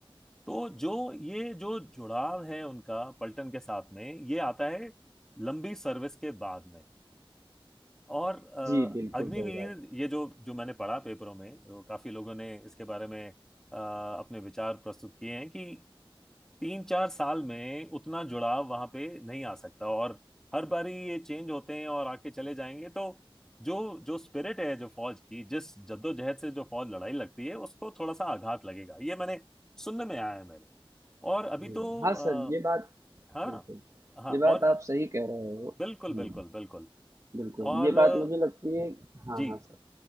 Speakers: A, in the centre; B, on the right.
A: तो जो ये जो जुड़ाव है उनका पलटन के साथ में ये आता है लंबी सर्विस के बाद में और अ,
B: जी, बिल्कुल
A: अग्निवीर
B: सही बात।
A: ये जो जो मैंने पढ़ा पेपरों में जो काफी लोगों ने इसके बारे में अ, अपने विचार प्रस्तुत किए हैं कि तीन चार साल में उतना जुड़ाव वहां पे नहीं आ सकता और हर बारी ये चेंज होते हैं और आके चले जाएंगे तो जो जो स्पिरिट है जो फौज की जिस जद्दोजहद से जो फौज लड़ाई लगती है उसको थोड़ा सा आघात लगेगा ये मैंने सुनने में आया है मेरे और अभी
B: हुँ,
A: तो
B: हाँ
A: अ,
B: सर, ये बात
A: हाँ
B: बिल्कुल,
A: हाँ
B: ये बात
A: और
B: आप सही कह रहे हो।
A: बिल्कुल
B: हुँ,
A: बिल्कुल बिल्कुल
B: बिल्कुल,
A: और
B: ये
A: अ,
B: बात मुझे लगती है हाँ,
A: जी
B: हाँ सर,